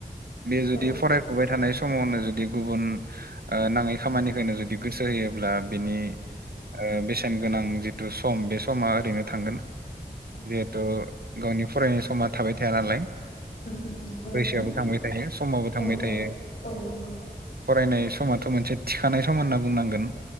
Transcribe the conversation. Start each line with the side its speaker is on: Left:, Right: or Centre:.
Right: बे जुदि
Left: औ उम
Right: फराय फुबाय थानाय समावनो जुदि गुबुन नाङै खामानिखौनो जुदि गोसो होयोब्ला बिनि ओ बेसेन गोनां जिथु सम बे स समा ओरैनो थांगोन
Left: उम
Right: जिहेथु गावनि फरायनाय समा थाबाय थाया नालाय।
Left: उम नंगौ
Right: बैसोआवबो
Left: नोंथां
Right: थांबाय थायो समाबो थांबाय
Left: औ
Right: थायो
Left: औ औ नंगौ
Right: ओ फरायनाय समाथ' मोनसे थिखानाय सम होनना बुंनांगोन